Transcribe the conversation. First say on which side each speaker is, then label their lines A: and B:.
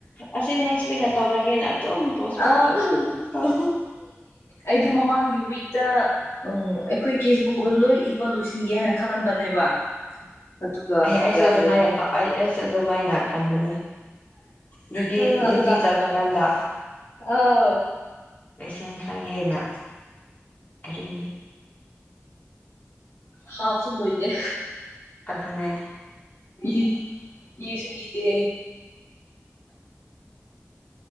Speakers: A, on the left (about 35°); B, on the left (about 65°).
A: ꯑꯁꯤ ꯅꯦꯛꯁ ꯑꯣꯢꯅ ꯇꯧꯔꯒꯦꯅ ꯑꯗꯨꯝ ꯄꯣꯁꯄꯣꯟ
B: ꯑꯥ
A: ꯑꯗꯨꯝ ꯇꯧ
B: ꯑꯩꯗꯨ ꯃꯃꯥꯡꯒꯤ ꯋꯤꯛꯇ ꯎ ꯑꯩꯈꯣꯏ ꯀꯦꯁꯕꯨꯛꯀꯨꯝꯕꯗ ꯂꯣꯏ ꯏꯕ ꯂꯣꯏꯁꯤꯟꯒꯦ ꯍꯥꯏꯅ ꯈꯜꯂꯝꯕꯅꯦꯕ ꯑꯗꯨꯒ
A: ꯑꯩ ꯑꯩꯁꯨ
B: ꯌꯥꯗ꯭ꯔꯦ
A: ꯑꯗꯨꯃꯥꯏꯅ <unintelligible> ꯑꯩ ꯑꯩꯁꯨ ꯑꯗꯨꯃꯥꯏꯅ ꯈꯟꯕꯅꯤ ꯗ꯭ꯌꯨꯇꯤ
B: ꯑ
A: ꯗ꯭ꯌꯨꯇꯤ
B: ꯑꯗꯨꯒ
A: ꯆꯠꯄ ꯒꯥꯟꯗ
B: ꯑꯥꯎ
A: ꯄꯤꯁꯤꯟꯈ꯭ꯔꯒꯦꯅ ꯀꯔꯤ
B: ꯍꯥꯥꯐꯁꯨ ꯂꯣꯏꯗꯦ
A: ꯑꯗꯨꯅꯦ
B: ꯏ ꯏꯁꯨꯨ ꯏꯗꯦ